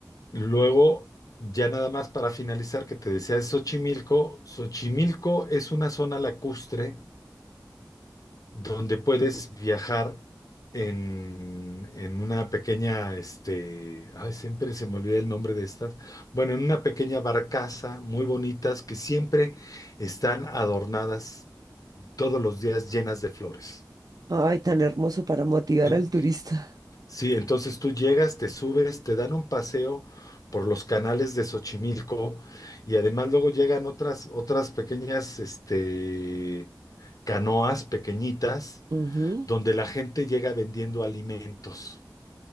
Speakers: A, on the left; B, on the right.
A: Luego, ya nada más para finalizar, que te decía de Xochimilco. Xochimilco es una zona lacustre donde puedes viajar en, en una pequeña, este, ay, siempre se me olvida el nombre de estas. Bueno, en una pequeña barcaza muy bonitas que siempre están adornadas todos los días llenas de flores.
B: Ay, tan hermoso para motivar
A: ¿eh?
B: al turista.
A: Sí, entonces tú llegas, te subes, te dan un paseo por los canales de Xochimilco y además luego llegan otras, otras pequeñas, este, canoas pequeñitas
B: Ujú.
A: donde la gente llega vendiendo alimentos.